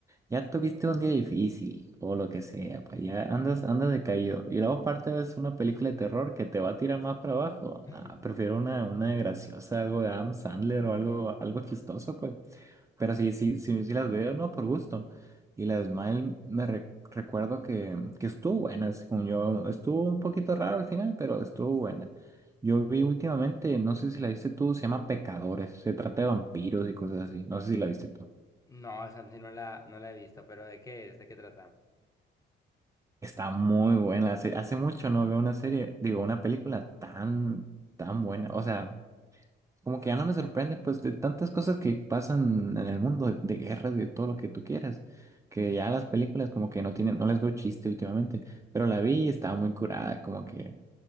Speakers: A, on the right (about 15°); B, on the left (about 15°).
A: Ya tuviste un día difícil o lo que sea, pues ya andas, andas decaído. Y luego aparte ves una película de terror que te va a tirar más para abajo.
B: <laughs>
A: Nah, prefiero una, una graciosa, algo de Adam Sandler o algo, algo chistoso, pues. Pero sí, sí, sí, sí las veo, ¿no? Por gusto. Y las mal me re- recuerdo que, que estuvo buena, según yo. Estuvo un poquito raro al final, pero estuvo buena. Yo vi últimamente, no sé si la viste tú, se llama Pecadores. Se trata de vampiros y cosas así. No sé si la viste tú.
B: No, Santi, no la, no la he visto, pero ¿de qué es? ¿De qué trata?
A: Está muy buena la serie. Hace mucho no veo una serie, digo, una película tan, tan buena. O sea, como que ya no me sorprende, pues, de tantas cosas que pasan en el mundo, de, de guerras y de todo lo que tú quieras, que ya las películas como que no tienen, no les veo chiste últimamente. Pero la vi y estaba muy curada, como que